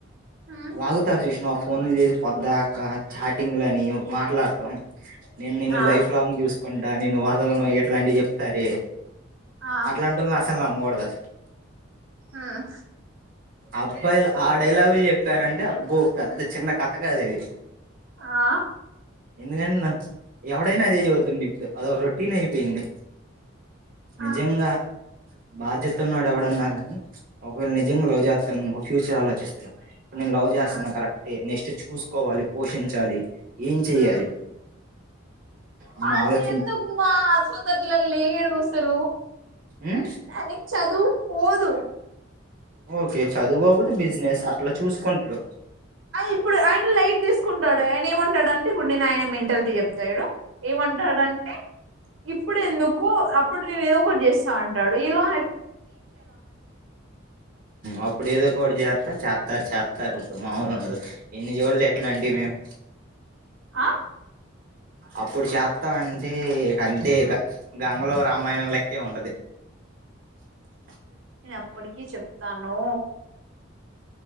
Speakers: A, on the right; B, on the right.
A: ఉమ్,
B: వాగుతారుజ విష్ణ ఫోన్లు చేసి పొద్దకా చాటింగ్ లని మాట్లాడటం నేనున్న
A: ఆ
B: లైఫ్లాంగ్ చూ నేను వాదలను ఎట్లాంటివి చెప్తార
A: ఆ
B: అట్లాంట వాళ్ళు న మ్గోడ దసలు
A: ఉమ్,
B: అబ్బాయిలా ఆ డైలాగులు చెప్పారంటే అబ్బో పెద్ద చిన్న కథ కాద ఇది
A: ఆ
B: ఎందుకంట ఎవడైనా అదే చదువుతుంది ఇప్పుడు అద రొటీన్ అయిపోయింది నిజంగా
A: ఆ
B: బాధ్యతన్నాడు ఎవడన్నా కానీ ఒకవేళ నిజంగా లవ్ చేస్తానుకో ఫ్యూచర్ ఆలోచిస్తారు నేను లవ్ చేస్తాను
A: ఉమ్,
B: కరక్ నెస్ట్ చూసుకోవాలి పోషించాలి ఏం చెయ్యాలి
A: ఉమ్.
B: అన్న
A: అని
B: ఆలోచన
A: ఎందుకు ఆస్పత్రల లే ఈడుగుసలు
B: ఉమ్
A: ననకి చదువు పోఓదు
B: ఓకే చదువుకోకదు బిజినెస్ అట్లా చూసుకుంటడు
A: ఇప్పుడు ఆయన లైట్ తీసుకుంటాడు ఆయన ఏమంటాడు అంటే ఇప్పుడుే య మింటల్ ద అ ాడు ఏమంటాడుంటే ఇప్పుడు ఎందుకు అప్పుడు నేను ఏదో ఒకటి చేస్తా అంటాడు అలా
B: అప్పుడ ఏద కొజత చ తారు చేస్తారు ఇప్పుడు మాముూలు ఉండదు ఎన్ని చోట్లు ఎట్లా అండి మేము
A: ఆ
B: అప్పుడు చేస్తా అంటే అంటే గంగలో రామాయణం లెక్కే ఉంటది <inaudible>
A: నేను అప్పటికిీ చెప్తాను